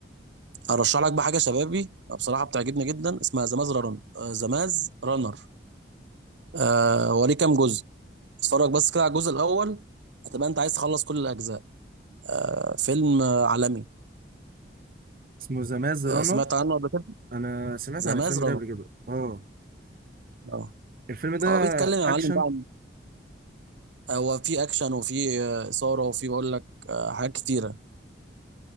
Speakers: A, on the right (about 80°); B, on the right (about 50°).
A: ارشح لك بقى حاجه شبابي آه، بصراحه بتعجبني جدا اسمها زماز رن زماز رانر آه، وليه كام جزء اتفرج بس كده على الجزء الاول هتبقى انت عايز تخلص كل الاجزاء آه فيلم آه، عالمي
B: اسمه ذا ماز رانر
A: آه سمعت عنه قبل كده
B: أنا سمعت
A: ذا
B: عن
A: ماز
B: الفيلم
A: رانر
B: ده قبل كده آه
A: اه
B: الفيلم ده
A: هو بيتكلم يا
B: أكشن
A: معلم بقى عن- هو في اكشن وفي آه، اثاره وفي بقول لك آه حاجات كتيره